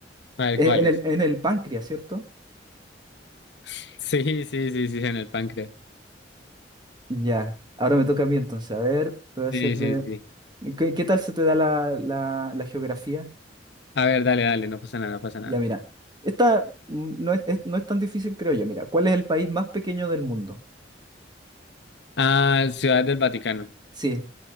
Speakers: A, on the left; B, on the right.
A: A ver,
B: En,
A: ¿cuál
B: en el,
A: es?
B: en el páncreas, ¿cierto?
A: <laughs> Sí, sí, sí, sí, en el páncreas.
B: Ya. Ahora me toca a mí entonces. A ver, te voy a hacer
A: Sí,
B: de...
A: sí, sí.
B: ¿Qué, qué tal se te da la, la, la geografía?
A: A ver, dale, dale, no pasa nada, no pasa nada.
B: Ya mira, esta mm, no es, es- no es tan difícil, creo yo. Mira, ¿cuál es el país más pequeño del mundo?
A: Ah, Ciudad del Vaticano.
B: Sí,